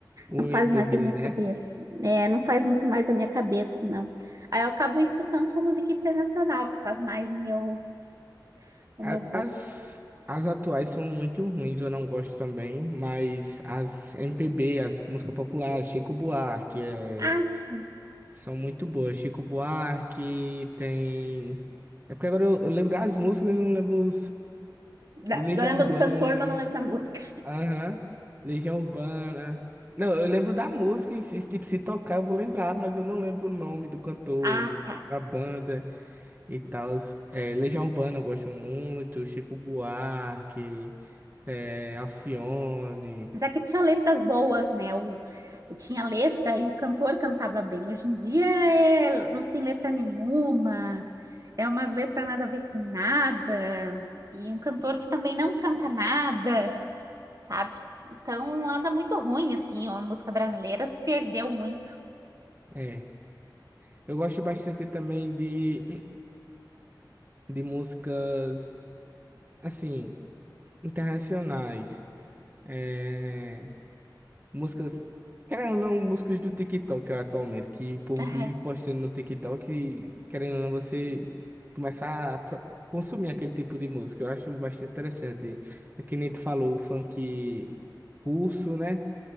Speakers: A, on the right (about 25°); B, on the right (about 45°).
A: O
B: Não faz
A: MPB,
B: mais a minha
A: né?
B: cabeça. É, não faz muito mais a minha cabeça, não. Aí eu acabo escutando só música internacional, que faz mais o meu, o
A: A-
B: meu gosto.
A: As, as atuais são muito ruins, eu não gosto também, mas as MPB, as músicas populares, Chico Buarque, é,
B: Ah, sim.
A: são muito boas. Chico Buarque tem. É porque agora eu, eu lembro as músicas e não lembro os
B: Da,
A: do Legião
B: eu lembro
A: Urbana.
B: do cantor, mas não lembro da música.
A: Aham. Legião Urbana. Não, eu lembro da música em si, tipo, se tocar eu vou lembrar, mas eu não lembro o nome do cantor,
B: Ah, tá.
A: da banda e tal. É, Legião Urbana eu gosto muito, Chico Buarque, é, Alcione.
B: Mas é que tinha letras boas, né? O, tinha letra e o cantor cantava bem. Hoje em dia é, não tem letra nenhuma, é umas letras nada a ver com nada. E um cantor que também não canta nada. sabe? Então anda muito ruim, assim, ó, a música brasileira se perdeu muito.
A: É. Eu gosto bastante também de, de músicas, assim, internacionais. é Músicas, querendo ou não, músicas do TikTok atualmente, que o povo
B: Aham.
A: vive postando no TikTok e, querendo ou não, você começar a pro- consumir aquele tipo de música. Eu acho bastante interessante. É que nem tu falou, o funk russo, né?